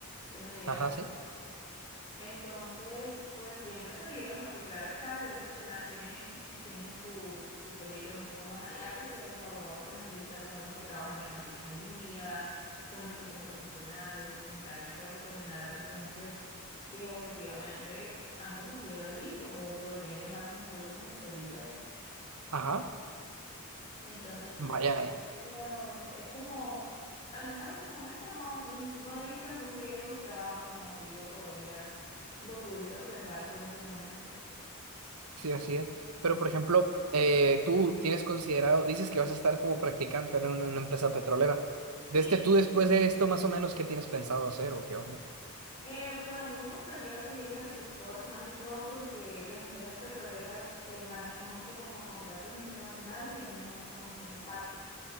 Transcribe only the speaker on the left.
de medidas.
Entonces, pues siempre es peligroso, aunque claro está, el derecho penal tiene, <laughs> tiene su, su peligro un poco más allá, porque los abogados penalistas son los que trabajan en la fiscalía, son los que son jueces penales, que se encargan pues de condenar a personas que, que objetivamente han cometido delitos o podrían llamarse incluso como peligrosas.
Entonces, sí,
no,
es lo- es como, al menos hasta el momento no, n- no he visto algún riesgo en mi trabajo como si lo podrías, lo pudiste observar tú en su momento.
Sí,
eh, pues a mí me gustaría seguir en el sector, más que todo porque las empresas petroleras eh, manejan mucho como contratos internacionales y a mí me gusta mucho esa parte.